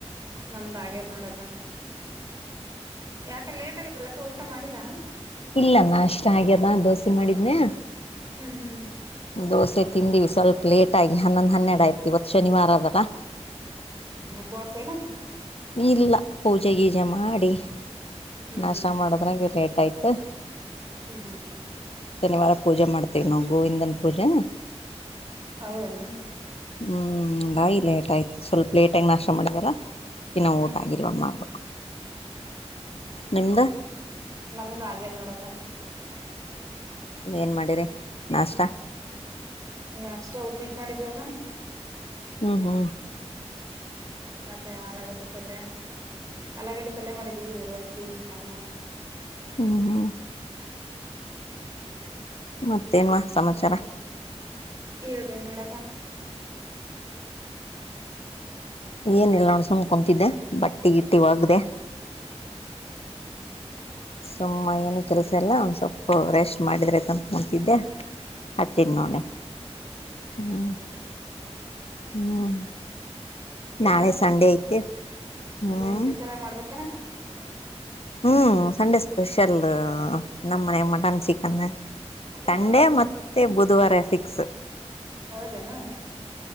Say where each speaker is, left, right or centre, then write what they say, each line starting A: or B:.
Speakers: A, on the right (about 30°); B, on the left (about 60°).
A: ನಮ್ದ್ ಆಗೇದ್ ನೋಡಕ ಯಾಕ ಲೇಟ್ ಆಗಿದಲ್ಲ ಊಟ ಮಾಡಿಲ್ಲಾ
B: ಇಲ್ಲ ನಾ ಅಷ್ಟ ಹಾಗ್ಯದ ದೋಸೆ ಮಾಡಿದನ್ಯಾ
A: ಹ್ಮ್ ಹ್ಮ್
B: ದೋಸೆ ತಿಿಂದವಿ ಸ್ವಲ್ಪ ಲೇಟ್ ಆಗಿ ಹನ್ನೊಂದ ಹನ್ನೆ ಆಯ್ತ್ ಇವತ್ ಶನಿವಾರ ಅದಲ್ಲ
A: ಉಪವಸೆನ್ನಕ್ಕ
B: ಇಲ್ಲ ಪೂಜೆ ಗೀಜೆ ಮಾಡಿ
A: ಹ್ಮ್
B: ನಷ್ಟ
A: ಹ್ಮ್
B: ಮಾಡದ್ರಂಗ ಲೇಟ್ ಆಯ್ತು
A: ಹ್ಮ್ ಹ್ಮ್
B: ಶನಿವಾರ ಪೂಜೆ ಮಾಡ್ತೇವಿ ನಾ ಗೋವಿಂದನ್ ಪೂಜೆ
A: ಹೌದನ
B: ಹ್ಮ್ ಬಾಯಿ ಲೇಟ್ ಆಯ್ತು ಸ್ವಲ್ಪ ಲೇಟಾಗಿ ನಷ್ಟ ಮಾಡೀನಲ್ಲ ಇನ್ನು
A: ಹ್ಮ್
B: ಊಟ
A: ಹ್ಮ್
B: ಆಗಿಲ್ವ ಮಾಡ್ಬೇಕು ನಿಮ್ದ
A: ನಮ್ದು ಆಗ್ಯದೆ ನೋಡಕ
B: ಏನ್ ಮಾಡಿರಿ ನಾಷ್ಟ
A: ನಾಷ್ಟ ಉಪ್ಪಿಟ್ಟ ಮಾಡಿದ್ವಾಗ
B: ಹ್ಮ ಹ್ಮ
A: ಮತ್ತೆ ಆಲಗಡ್ಡೆ ಪಲ್ಯ ಅಲಗಡಿ ಪಲ್ಯ ಮಾಡಿದೀವಿ ರೊಟ್ಟಿ ಅನ್ನ
B: ಹ್ಮ್ ಹ್ಮ ಮತ್ತೇನ್ವಾ ಸಮಾಚಾರ
A: ಹೇಳ್ಬೇಕ ನೋಡಕ್ಕ
B: ಏನಿಲ್ಲೊಡು ಸುಮ್ ಕುಂತಿದ್ದೆ ಬಟ್ಟೆ ಗಿಟ್ಟಿ ಹೋಗ್ಡೆ
A: ಹ್ಮ್ ಹ್ಮ್
B: ಸುಮ್ಮ ಏನು ಕೆಲ್ಸ ಎಲ್ಲ ಒಂದ ಸ್ಪ್ಪಪ ರೆಸ್ಟ್ ಮಾಡಿದ್ರೆ ತಂಪ್ ಅಂತಿದ್ದೆ ಹ ಚಿನ್ನೋನ
A: ಹ್ಮ್
B: ಹ್ಮ್
A: ಹೌದಾ
B: ಹ್ಮ್
A: ಏನ
B: ನಾಳೆ
A: ಸ್ಪೆಷ
B: ಸಂಡೆ ಐತೆ ಹ್ಮ್
A: ಏನ್ ಸ್ಪೆಷಲ್ ಆಗಿ ಮಾಡ್ಬೇಕೇನಕ್ಕ
B: ಹ್ಮ್ ಸಂಡೆ ಸ್ಪೆಷಲ್ ನಮ್ಮನೆ ಮಟನ್ ಚಿಕನ್
A: ಅಬ್ಬೋ
B: ಸಂಡೇ
A: ಹ್ಮ್
B: ಮತ್ತೆ ಬುಧವಾರ ಫಿಕ್ಸ್
A: ಹೌದೇನಾ